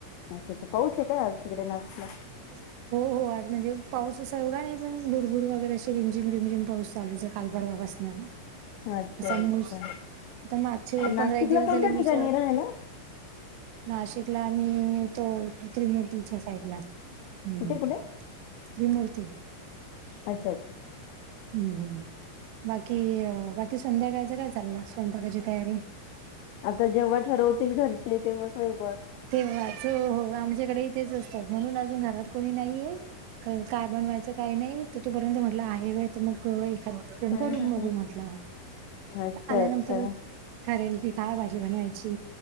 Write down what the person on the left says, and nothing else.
अच्छा. पाऊसय का, तिकडे नाशिकला?
अच्छा
अच्छा
नाशिकला
कोणत्या
ठिकाणी
राहायला
कुठे कुठे
अच्छा, अच्छा.
आता जेव्हा ठरवतील घरचे. तेव्हा स्वयंपाक.
हम्म
हम्म
हम्म अच्छा
अच्छा